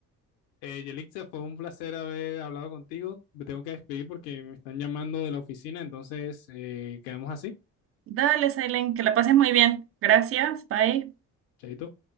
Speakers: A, on the left (about 65°); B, on the right (about 30°).
A: Eh, Yelixa, fue un placer haber hablado contigo. Me tengo que despedir porque me están llamando de la oficina, entonces eh, quedamos así.
B: Dale, Silent, que la pases muy bien. Gracias, bye.
A: Chaito.